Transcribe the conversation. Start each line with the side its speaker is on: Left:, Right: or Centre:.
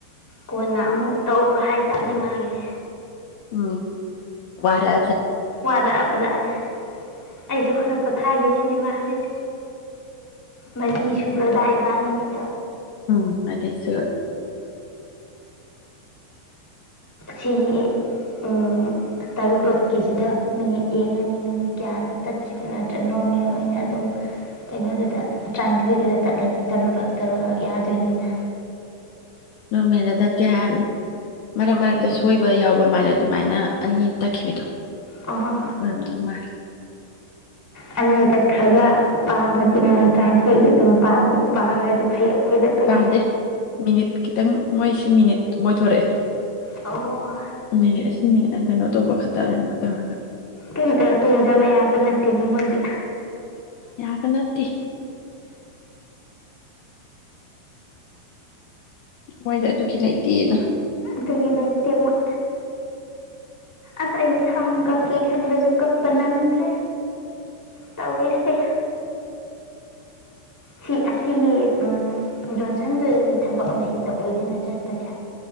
Centre: ꯀꯣꯟꯅ ꯑꯃꯨꯛ ꯇꯧꯔꯣ ꯍꯥꯏ ꯖꯥꯠꯅꯤ ꯃꯥꯒꯤꯁꯦ
Left: ꯎꯝ ꯋꯥꯔ
Centre: ꯋꯥꯗꯕꯖꯥꯅꯦ ꯑꯩꯁꯨ ꯈꯔ ꯄꫭꯊꯥꯒꯦ ꯁꯤꯅꯦꯃꯥ ꯍꯥꯏꯁꯦ ꯃꯔꯤ ꯁꯨꯒ꯭ꯔꯗꯥꯏ ꯏꯕꯥꯅꯤ
Left: ꯎꯝ ꯃꯗꯤꯁꯨ
Centre: ꯁꯤꯒꯤ ꯎꯝ ꯇꯔꯨꯛꯂꯛꯀꯤꯁꯤꯗ ꯃꯤꯅꯤꯠ ꯌꯦꯡꯉꯅꯤ ꯃꯤꯅꯤꯠ ꯀꯌꯥꯗ ꯇꯠꯈꯤꯕ ꯅꯠꯇ꯭ꯔꯒ ꯅꯣꯔꯃꯦꯜ ꯑꯣꯏꯅ ꯑꯗꯨꯝ ꯀꯩꯅꯣꯗꯨꯗ ꯇꯔꯥꯅꯤꯊꯣꯏꯗꯨꯗ ꯇꯠꯂꯗꯤ ꯇꯔꯨꯛꯂꯛ ꯇꯔꯨꯛꯂꯛ ꯌꯥꯗꯣꯏꯅꯤꯅ
Left: ꯅꯣꯔꯃꯦꯜꯗ ꯇꯠꯀꯦ ꯍꯥꯏꯔꯝꯃꯅꯤ ꯃꯔꯛ ꯃꯔꯛꯇ
Centre: ꯎꯝ
Left: ꯁꯣꯏꯕ ꯌꯥꯎꯕ ꯃꯥꯜꯂꯦ ꯑꯗꯨꯃꯥꯏꯅ ꯑꯅꯤ ꯇꯛꯈꯤꯕꯤꯗꯣ
Centre: ꯑꯣ
Left: ꯑꯣꯏꯔꯝꯗꯧ ꯃꯥꯥꯏ
Centre: ꯑꯅꯤ ꯇꯠꯈ꯭ꯔꯒ ꯄꯥꯕꯗꯤ ꯃꯤ ꯇꯔꯥꯅꯤꯊꯣꯏꯒꯤ ꯑꯗꯨꯝ ꯄꯥꯕꯗꯤ ꯄꯥꯔꯗꯤ ꯐꯩ ꯑꯩꯈꯣꯏꯗ ꯇꯣꯡꯖꯩ
Left: ꯄꯥꯗꯦ ꯃꯤꯅꯤꯠ ꯈꯤꯇꯪ ꯃꯣꯏꯁꯨ ꯃꯤꯅꯤꯠ ꯃꯣꯏ ꯊꫭꯔꯛꯑꯦ
Centre: ꯑꯣ
Left: ꯃꯦꯅꯦ ꯑꯁꯤꯅꯦ ꯀꯩꯅꯣ ꯇꯧꯕ ꯈꯛꯇ ꯍꯥꯏꯅ ꯇꯧꯔꯒ
Centre: ꯀꯩꯅ ꯇꯩꯔ ꯇꫭꯡꯖꯕ ꯌꯥꯕ ꯅꯠꯇꯦꯅꯦꯅꯤ ꯃꯣꯏꯗꯤ
Left: ꯌꯥꯕ ꯅꯠꯇꯦ ꯃꯣꯏꯗꯤ ꯑꯗꯨꯒꯤ ꯂꯩꯇꯦꯅ
Centre: ꯑꯗꯨꯒꯤ ꯂꯩꯇꯦ ꯃꯣꯏ ꯑꯁ ꯑꯩꯁꯦ ꯁꯝ ꯀꯛꯀꯦ ꯈꯟꯕꯁꯨ ꯀꯛꯄ ꯅꯪꯗ꯭ꯔꯦ ꯇꯧꯔꯤꯁꯦ ꯁꯤ ꯑꯁꯤꯒꯤ ꯎꯝ ꯖꯣꯟꯁꯟꯗꯨꯗꯗꯤ ꯊꯕꯛ ꯑꯃ ꯍꯦꯛꯇ ꯑꯣꯏꯗꯅ ꯆꯠꯄꯁꯦ